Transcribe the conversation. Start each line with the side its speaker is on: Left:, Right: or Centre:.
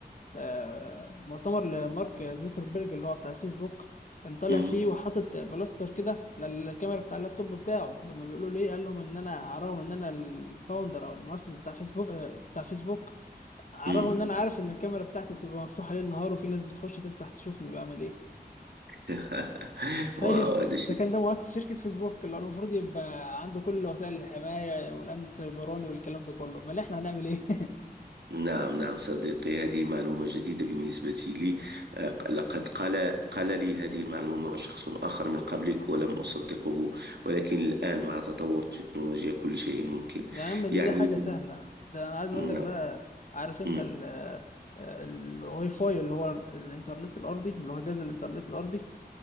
Left: آه، مؤتمر لمارك زوكربيرج اللي هو بتاع الفيسبوك كان طالع
Right: مم.
Left: فيه وحاطط بلاستر كده للكاميرا بتاع اللابتوب بتاعه لما بيقولوا ليه قال لهم إن أنا على الرغم إن أنا الفاوندر أو المؤسس بتاع فيسبوك آه، بتاع فيسبوك على
Right: مم.
Left: الرغم إن أنا عارف إن الكاميرا بتاعتي بتبقى مفتوحة ليل نهار وفي ناس بتخش تفتح تشوفني بعمل إيه
Right: <laughs>
Left: تخيل
Right: واو هذا
Left: ده
Right: شيء
Left: كان ده مؤسس شركة فيسبوك اللي هو المفروض يبقى عنده كل وسائل الحماية والأمن السيبراني والكلام ده كله أمال إحنا هنعمل إيه؟
Right: نعم نعم صديقي هذه معلومة جديدة بالنسبة لي آه، لقد قال قال لي هذه المعلومة شخص آخر من قبلك ولم أصدقه ولكن الآن مع تطور التكنولوجيا كل شيء ممكن
Left: <laughs> يا عم دي,
Right: يعني
Left: دي حاجة سهلة ده أنا عايز أقول
Right: نعم.
Left: لك بقى عارف أنت
Right: مم.
Left: ال- ال- الواي فاي اللي هو الإنترنت الأرضي اللي هو جهاز الإنترنت الأرضي